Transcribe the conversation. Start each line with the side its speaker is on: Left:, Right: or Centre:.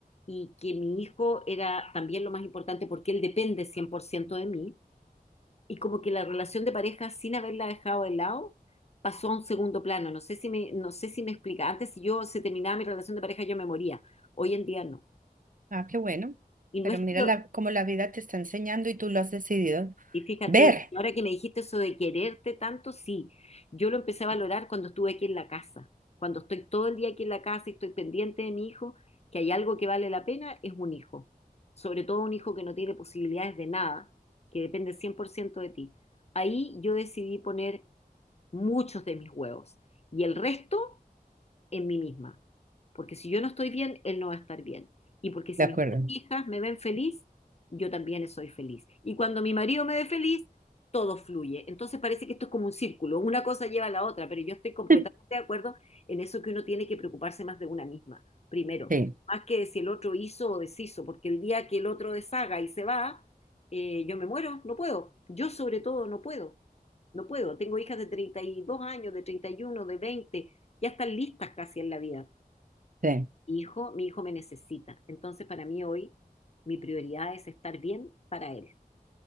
Left: y que mi hijo era también lo más importante porque él depende 100% de mí y como que la relación de pareja sin haberla dejado de lado pasó a un segundo plano. No sé si me, no sé si me explica. Antes si yo se terminaba mi relación de pareja yo me moría. Hoy en día no.
Right: Ah, qué bueno.
Left: Y
Right: Pero
Left: no es
Right: mira
Left: que lo-
Right: la, cómo la vida te está enseñando y tú lo has decidido
Left: y fíjate,
Right: ver,
Left: ahora que me dijiste eso de quererte tanto, sí, yo lo empecé a valorar cuando estuve aquí en la casa. Cuando estoy todo el día aquí en la casa y estoy pendiente de mi hijo, que hay algo que vale la pena, es un hijo. Sobre todo un hijo que no tiene posibilidades de nada, que depende 100% de ti. Ahí yo decidí poner muchos de mis huevos. Y el resto en mí misma. Porque si yo no estoy bien, él no va a estar bien. Y porque si
Right: ¿de acuerdo?
Left: mis hijas me ven feliz, yo también soy feliz. Y cuando mi marido me ve feliz, todo fluye. Entonces parece que esto es como un círculo, una cosa lleva a la otra, pero yo estoy completamente
Right: <laughs>
Left: de acuerdo en eso que uno tiene que preocuparse más de una misma, primero,
Right: Sí,
Left: más que de si el otro hizo o deshizo, porque el día que el otro deshaga y se va, eh, yo me muero, no puedo. Yo sobre todo no puedo, no puedo. Tengo hijas de 32 años, de treinta y uno de veinte ya están listas casi en la vida.
Right: sí.
Left: Hijo, mi hijo me necesita. Entonces, para mí hoy, mi prioridad es estar bien para él.